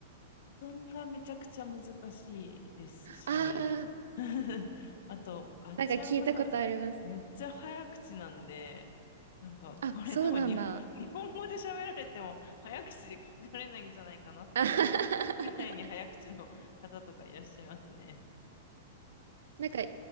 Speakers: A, on the left; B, on the right.
A: 発音がめちゃくちゃ難しいですし、
B: ああー、
A: <laughs> あと、あっちらの方、
B: なんか聞いたことあります。
A: めっちゃ早口なんで、なんか、
B: あ、
A: これ多分に、
B: そうなんだ。
A: <laughs> 日本語で喋られても早口で聞き取れないんじゃないかなっていうぐらいに早口の方とかいらっしゃいますね。
B: <laughs> あはははなんか、